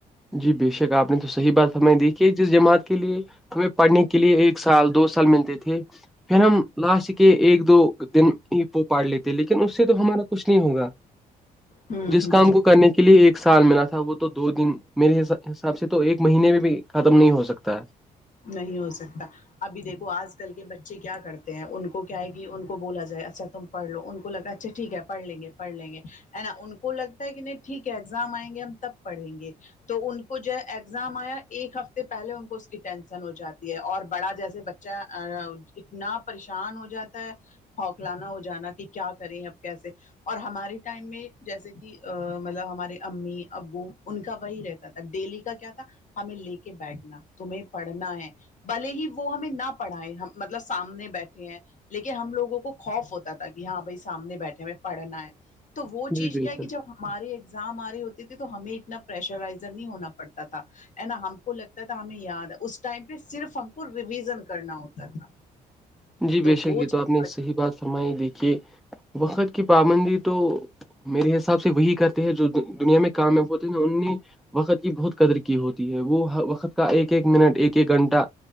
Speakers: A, in the centre; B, on the left.
A: جی بے شک آپ نے تو صحیح بات ہمیں دیکھی ہے جس جماعت کے لیے ہمیں پڑھنے کی کے لیے ایک سال دو سال ملتے تھے پھر ہم لاسٹ کے ایک دو دن ہی پو پڑ لیتے ل اس سے تو ہمارا کچھ نہیں ہوگا
B: ہ
A: جس
B: ہ
A: کام کو کرنے کے لیے ایک سال ملا تھا وہ تو دو دن میرے حساب سے تو ایک مہینے میں بھی ختم نہیں ہو سکتا ہے
B: نہیں ہو سکتا ابھی دیکو آج کل کے بچے کیا کرتے ہیں ان کو کیا ہے کہ ان کو بولا جائے اچھا تم پڑ لو ان کو لگا اچھا ٹھیک ہے پڑ لیں گے پڑ لیں گے ہے نا ان کو لگتا ہے کہ نہیں ٹھیک ہے ایگزام آئیں گے ہم تب پڑھیں گے تو ان کو جو ہے ایگزام آیا ایک ہفتے پہلے ان کو اسکف ٹینشن ہو جاتی ہے اور بڑا جیسے بچہ اتنا پریشان ہو جاتا ہے ہوکلانا ہو جانا کہ کیا کریں اب کیسے اور ہمارے ٹائم میں جیسے کہ مطلب ہمارے امی ابو ان کا وہی رہتا تھا ڈیلی کا کیا تھا ہمیں لے کے بیٹھنا تمہیں پڑھنا ہے بھلے ہی وہ ہمیں نہ پڑھائائے مطلب سامنے بیٹھے ہیں لیکن ہم لوگوں کو خوف ہوتا تھا کہ ہاں بھائی سامنے بیٹھے ہمیں پڑھنا ہے تو وہ
A: ہے
B: چیز
A: جی بے
B: کیا کہ جب ہماراری ایگزام آ رہے ہوتی تھی تو ہمیں اتنا پریشرائزر نہیں ہونا پڑتا تھا ہے نا ہم کو لگتا تھا ہمیں یاد اس ٹائم پہ صرف ہم کو ریویزن کرنا ہوتا تھا
A: جی بے شک
B: وہ
A: یہ تو
B: چیز
A: آپ نے صح بات فرمائی دی کہ وقت کی پابندی تو میرے حساب سے وہی کرتے ہے جو دنیا میں کامیاب ہوتے ہیں ان نے وقت کی بہت قدر کی ہوتی ہے وہ وقت ایک ایک منٹ ایک ایک گھنٹہ